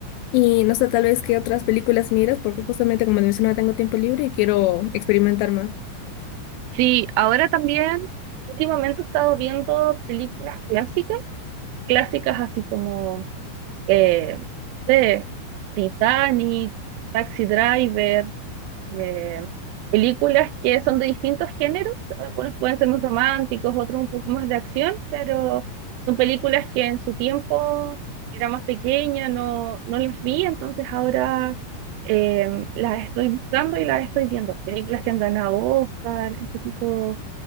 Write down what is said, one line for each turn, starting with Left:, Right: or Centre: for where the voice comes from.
Left: Y no sé, tal vez qué otras películas miras, porque justamente como te mencionaba, tengo tiempo libre y quiero experimentar más.
Right: Sí, ahora también, últimamente he estado viendo películas clásicas, clásicas así como, eh, no sé, Titanic, Taxi Driver, eh, películas que son de distintos géneros, algunos pueden ser más románticos, otros un poco más de acción, pero son películas que en su tiempo era más pequeña, no, no las vi, entonces ahora eh, las estoy buscando y las estoy viendo. Películas que han ganado Oscar, ese tipo,